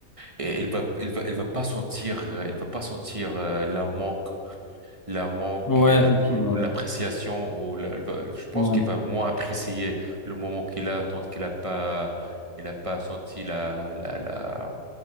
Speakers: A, on the right; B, on the left.
A: Et elle va, elle va, elle va pas sentir, euh, elle va pas sentir euh, la manque, la manque
B: ouais,
A: euh,
B: effectivement.
A: ou l'appréciation. Ou la- elle va- je pense
B: Ouais.
A: qu'elle va moins apprécier le moment qu'il a, tant qu'elle a pas, elle a pas senti la, la, la